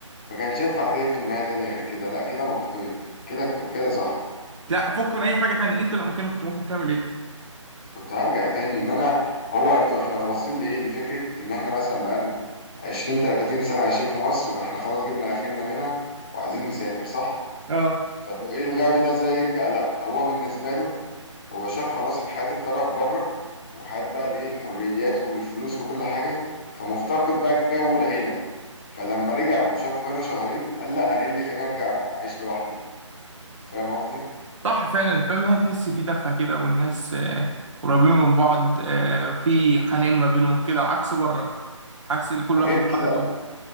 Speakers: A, on the left; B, on the right.
A: ما كانش ينفع تقفل نهايه تانية غير كده لا كده منطقيه كده كده صح
B: لا فك من اي حاجه تانية انت لو مكانك كنت ممكن تعمل ايه
A: كنت هرجع تاني ان انا هو انتوا احنا باصين لايه لفكره ان احنا مثلا بقالنا 20 30 سنه عايشين في مصر فاحنا خلاص جبنا اخرنا منها وعايزين نسافر صح
B: اه
A: فلو ايه الغبي ده ازاي يرجع لا هو بالنسبه له هو شاف خلاص حياه الطرف بره وحياه بقى الايه الحريات والفلوس وكل حاجه فمفتقد بقى جو العيله فلما رجع وشافه هنا شهرين قال لا انا ايه اللي خليني ارجع اعيش لوحدي فاهم قصدي
B: صح فعلا الفيلم هي تحس فيه دفى كده والناس آه، قريبين من بعض آه، وفي حنين ما بينهم كده عكس بره عكس اللي كل
A: غير
B: واحد
A: كده
B: لوحده